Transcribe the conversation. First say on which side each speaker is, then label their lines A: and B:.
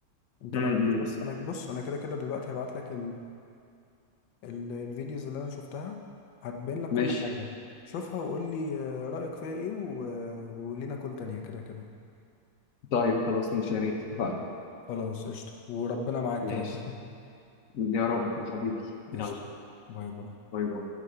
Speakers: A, on the left; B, on the left.
A: انت
B: امم
A: لو عرفت بس انا بص انا كده كده دلوقتي هبعت لك ال- الفيديوز اللي انا شفتها هتبين لك
B: ماشي
A: كل حاجة شوفها وقول لي آه، رأيك فيها ايه و... آه، ولينا كل تانية كده كده
B: طيب خلاص ماشي يا ريت اتفقنا.
A: خلاص قشطة وربنا معاك
B: ماشي
A: كده كده
B: يا رب يا حبيبي
A: <laughs> قشطة
B: يلا
A: باي باي
B: باي باي